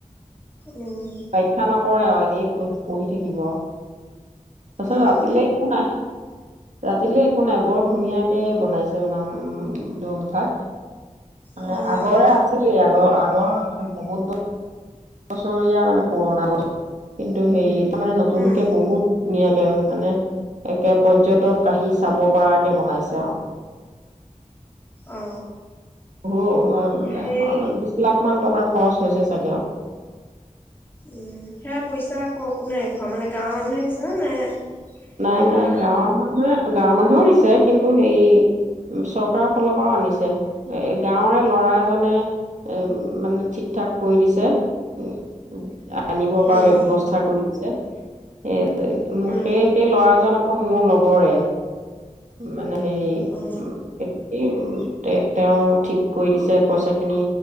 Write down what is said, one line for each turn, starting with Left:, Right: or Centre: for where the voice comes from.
Left: উম
Right: পৰীক্ষা নকৰে আৰু। এনেই পহ পঢ়ি থাকিব আও তাৰপিছত
Left: উম
Right: ৰাতি লৈ একো নাই ৰাতিলেলৈ একো নাই। বৰ ধুনীয়াকে বনাইছে নাম, উম, দৌলভাগ। মানে
Left: অ সেই
Right: আগৰে আছিলেই। আগৰ আগ <unintelligible> বহুত <unintelligible> <unintelligible> বছৰীয়া মানে পুৰণা, <unintelligible> কিন্তু সেই তাৰ মানে নতুনকে
Left: উম
Right: বহুত- ধুনীয়াকে, মানে একে পৰ্যটক আহি চাব পৰাকে বনাইছে আও।
Left: অ
Right: বহু উ এ
Left: সেই
Right: বিশ লাখ মান টকা- খৰচ হৈছে চাগে আও।
Left: উম সেয়া পইচা আক কোনোই ঘৰ মানে গাঁৱৰ মানুহে গৈছে ন নে-
Right: নাই,
Left: কিবা
Right: নাই গাঁৱৰ মানুহে, গাঁৱৰ মানুহেও <unintelligible> <unintelligible> কিন্তু সেই, ও চৰকাৰৰ ফালৰ পৰাও আনিছে। এ, গাঁৱৰে ল'ৰা এজনে ও, মানে ঠিক ঠাক কৰি দিছে। ও, ও, <unintelligible> আনিব পৰা
Left: উম
Right: ব্যৱস্থা কৰি <unintelligible> ও, মো,
Left: উম
Right: সেয়ে জন আকৌ মোৰ লগৰে। মানে হেৰি
Left: অ
Right: ও, এটো কি, ও, তে, তেওঁ ঠিক কৰি দিছে পইচাখিনি,